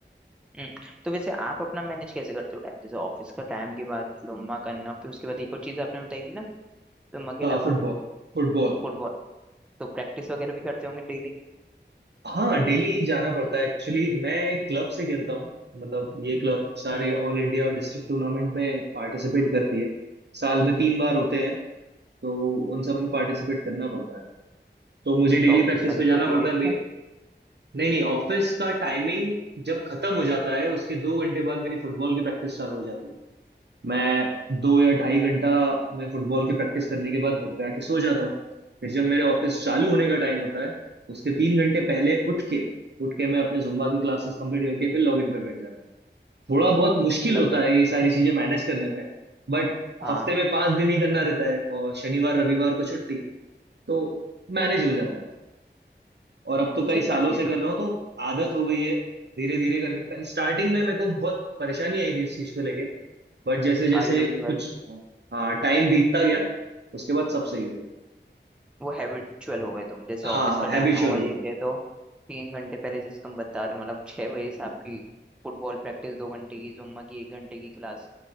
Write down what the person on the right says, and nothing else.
हाँ
फुटबॉल फुटबॉल
हाँ डेली जाना पड़ता है एक्चुअली मैं एक क्लब से खेलता हूँ मतलब ये क्लब सारे
ऑल इंडिया और डिस्ट्रिक्ट टूर्नामेंट में पार्टिसिपेट करती है साल में तीन बार होते हैं तो उन सब में पार्टिसिपेट करना पड़ता है तो मुझे डेली
प्रैक्टिस
पे जाना
पड़ता
है
मे-
नहीं नहीं ऑफिस का टाइमिंग जब खत्म हो जाता है उसके दो घंटे बाद मेरी फुटबॉल की प्रैक्टिस चालू हो जाती है मैं दो या ढाई घंटा मैं फुटबॉल की प्रैक्टिस करने के बाद घर पे आके सो जाता हूँ फिर जब मेरे ऑफिस चालू होने का टाइम होता है उसके तीन घंटे पहले उठ के उठ के मैं अपने जुम्बा की क्लासेस कंप्लीट करके फिर लॉगिन पे बैठ जाता हूँ थोड़ा बहुत मुश्किल
होता है ये सारी चीजें मैनेज करने में बट
हफ्ते में पांच दिन ही करना रहता है और शनिवार रविवार को छुट्टी तो मैनेज हो जाता है और अब तो
कई सालों
से कर
रहा हूँ तो आदत हो गई है धीरे धीरे करके स्टार्टिंग में मेरे को बहुत परेशानी आई थी इस चीज को लेके बट जैसे जैसे
कुछ हाँ टाइम बीतता गया उसके बाद सब सही हो गया
हाँ
हैबिचुअल
हो गया